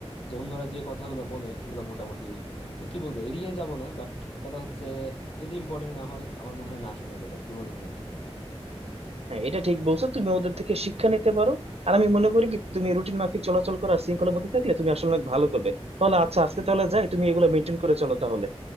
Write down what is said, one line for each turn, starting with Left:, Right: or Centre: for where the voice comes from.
Left: যে অন্যরা যে কথাগুলো বলে ওগুলো মোটামুটি মানে কি বলবো এড়িয়ে যাব না বাট কথা হচ্ছে যদি ইম্পর্টেন্ট না হয় আমার মনে হয় না শোনাই বেটার কি বলেন ভাই
Right: হ্যাঁ এটা ঠিক বলছো তুমি ওদের থেকে শিক্ষা নিতে পারো আর আমি মনে করি কি তুমি রুটিন মাফিক চলাচল করা শৃঙ্খলার মধ্যে থাকলে তুমি আসলে অনেক ভালো করবে তাহলে আচ্ছা আজকে তাহলে যাই তুমি এগুলো মেনটেন করে চলো তাহলে